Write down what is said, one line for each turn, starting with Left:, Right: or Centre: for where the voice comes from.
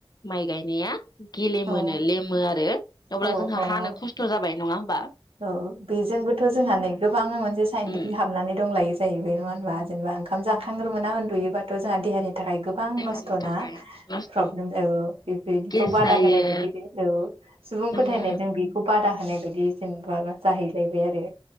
Left: माइ गायनाया गेलेमोनो
Right: औ
Left: लेमो आरो अब्ला
Right: औ औ
Left: जोंहा हानो
Right: अ
Left: खस्थ' जाबाय नङा नङा होमब
Right: औ बेजोंबोथ' जोंहा नै गोबां मोनसे साइन्टिफिक
Left: उम
Right: हाबनानै दं लायो। जायो बे होनबा जेनेबा ओंखामाखांग्रोना उन्दुयोबाथ' जोंहा देहानि थाखाय गोबां
Left: देहानि
Right: नस्थ'ना
Left: थाखाय नस्थ'
Right: प्रब्लेम ज बेबायदिखौ
Left: गेस
Right: बादा
Left: जायो
Right: होनाय बायदि बे औ सुबुं
Left: जोङो
Right: फोथायनायजों बेखौ बादा होनाय बाय बिदि जेनेबा जाहैलायबाय आरो